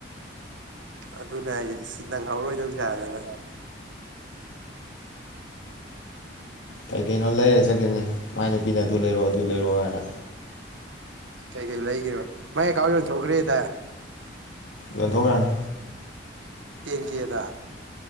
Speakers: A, on the right; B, on the left.
A: ꯑꯗꯨꯅꯦ ꯍꯥꯏꯖꯦ ꯏꯁ ꯅꯪꯍꯥꯎꯔꯣꯏꯗꯧ ꯁꯥꯗꯅ
B: ꯀꯩ ꯀꯩꯅꯣ ꯂꯩꯔ ꯆꯠꯀꯤꯝꯅꯤ ꯃꯥꯏ ꯅꯨꯄꯤꯅ ꯗꯨ ꯂꯩꯔꯣꯑꯣ ꯑꯗꯨ ꯂꯩꯔꯣꯑꯣ ꯅ
A: ꯍ ꯀꯩ ꯀꯩ ꯂꯩꯒꯔꯤꯕ ꯃꯥꯏ ꯑꯦꯀꯥꯎ ꯌꯣꯟꯊꯣꯒꯔꯦ ꯗ
B: ꯌꯣꯟꯊꯣꯒꯔꯅ
A: ꯇꯦꯟ ꯀꯦ ꯗ